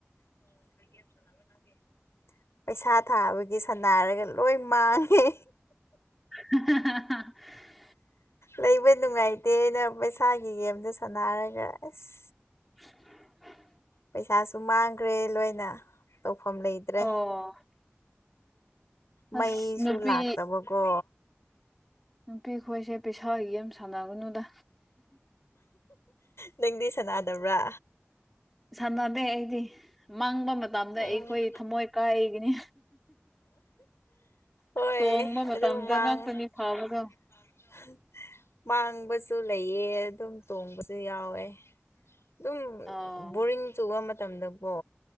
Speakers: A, on the left; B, in the centre.
A: ꯑꯣ <unintelligible> ꯄꯩꯁꯥ ꯊꯥꯕꯒꯤ ꯁꯟꯅꯥꯏꯔꯒ ꯂꯣꯏ ꯃꯥꯡꯉꯦ
B: <inaudible>
A: ꯂꯩꯕ ꯅꯨꯡꯉꯥꯏꯇꯦꯅ ꯄꯩꯁꯥꯒꯤ ꯒꯦꯝꯗꯣ ꯁꯥꯟꯅꯔꯒ ꯑꯁ
B: <unintelligible>
A: ꯄꯩꯁꯥꯁꯨ ꯃꯥꯡꯈ꯭ꯔꯦ ꯂꯣꯏꯅ ꯇꯧꯐꯝ ꯂꯩꯇ꯭ꯔꯦ
B: ꯑꯣ
A: ꯃꯩꯁꯨ
B: ꯑꯁ ꯅꯨꯄꯤ
A: ꯂꯥꯛꯇꯕꯀꯣ
B: ꯅꯨꯄꯤ ꯈꯣꯏꯁꯦ ꯄꯩꯁꯥꯒꯤ ꯌꯦꯝ ꯁꯥꯟꯅꯒꯅꯨꯗ
A: ꯅꯪꯗꯤ ꯁꯅꯥꯗꯕ꯭ꯔꯥ
B: ꯁꯥꯟꯅꯗꯦ ꯑꯩꯗꯤ ꯃꯥꯡꯕ ꯃꯇꯝꯗ
A: ꯎꯝ
B: ꯑꯩꯈꯣꯏ ꯊꯝꯃꯣꯏ ꯀꯥꯏꯒꯅꯤ
A: ꯍꯣꯏ
B: ꯇꯣꯡꯕ ꯃꯇꯝꯗ
A: ꯑꯗꯨ ꯃꯥꯡ
B: ꯉꯥꯛꯇꯅꯤ ꯐꯥꯕꯒ
A: <unintelligible> ꯃꯥꯡꯕꯁꯨ ꯂꯩꯑ ꯑꯗꯨꯝ ꯇꯣꯡꯕꯁꯨ ꯌꯥꯎꯋꯦ ꯑꯗꯨꯝ
B: ꯑꯥꯎ
A: ꯕꯣꯔꯤꯡ ꯆꯨꯕ ꯃꯇꯝꯗꯀꯣ